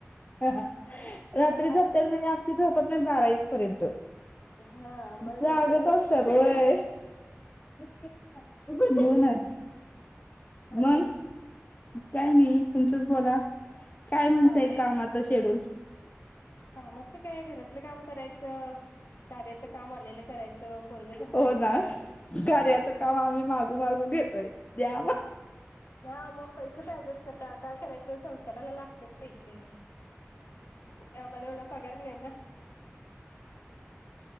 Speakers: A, on the left; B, on the left.
A: लास रात्री
B: असं
A: झोपत्या
B: का
A: म्हणजे. आमची झोपत नाहीत बारा एक पर्यंत
B: हा मग
A: जागच
B: नंतर झोपतातच
A: असत्यात का
B: ना
A: तो <unintelligible>
B: अजून..
A: मग काय नाही तुमचंच बोला काय म्हणतंय
B: चाललंय
A: कामाचा शेड्यूल
B: कामाचं काय घरातलं काम करायचं कार्याच काम आलेलं करायचं पोरं सांभाळायचं
A: हो ना कार्याचं काम आम्ही मागू मागू घेतोय द्या मग
B: हा मग पैसे पाहिजेच करता काय करायच संसाराला लागते पैसे आम्हाला एवढा पगार नाही ना